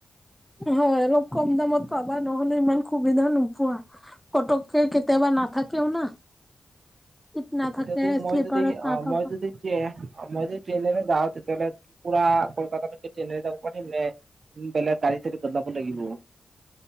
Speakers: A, in the centre; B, on the right.
A: হয়। অলপ কম দামত পাবা, নহ'লে ইমান সুবিধা নোপোৱা। পতককে কেতিয়াবা নাথাকেওনা? চিত নাথাকে,
B: এতিয়া যদি মই
A: স্লিপাৰত
B: যদি অ
A: নাপাবা।
B: যদি মই যদি ট্ৰেইনেৰে যাওঁ, তেতিয়াহ'লে পুৰা কলকাতালৈকে ট্ৰেইনেৰে যাব পাৰিম নে উম বেলেগ গাড়ী চাড়ী বদলাব লাগিব?